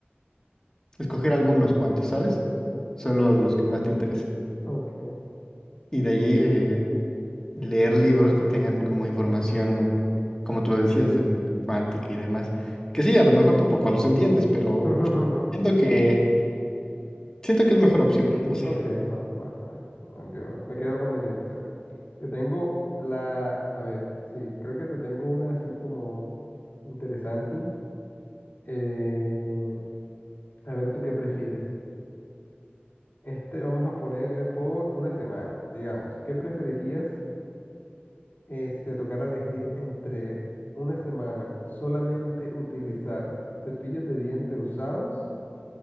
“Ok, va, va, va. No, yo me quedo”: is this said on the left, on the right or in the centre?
Left